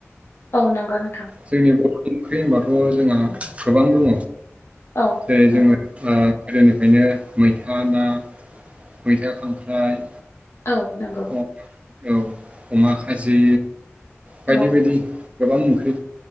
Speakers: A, on the left (about 65°); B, on the right (about 25°).
A: औ नंगौ नोंथां
B: जोंनि ओंख्रि होनबाथ' जोंहा गोबां दङ
A: औ
B: जेरै
A: नंगौ
B: जोंङो ओ गोदोनिफ्रायनो मैथा ना मैथा खांख्राइ
A: औ नंगौ
B: अ- औ अमा खाजि बायदि
A: औ
B: बायदि गोबां ओंख्रि